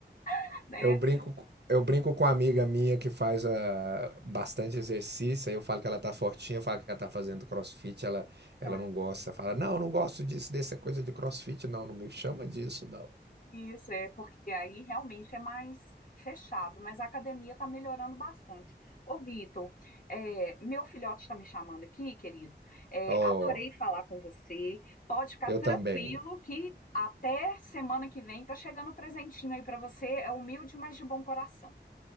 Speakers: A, on the left; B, on the right.
A: <laughs> né?
B: Eu brinco, eu brinco com uma amiga minha que faz ah, bastante exercício, aí eu falo que ela tá fortinha, eu falo que ela tá fazendo crossfit, ela, ela
A: Ah.
B: não gosta, fala, não, eu não gosto disso, dessa coisa de crossfit, não, não me chama disso, não.
A: Isso, é porque aí realmente é mais fechado, mas a academia está melhorando bastante. Ô, Vitor, é, meu filhote está me chamando aqui, querido. É,
B: Oh,
A: adorei falar com você. Pode ficar
B: eu
A: tranquilo
B: também.
A: que até semana que vem tá chegando um presentinho aí para você. É humilde, mas de bom coração.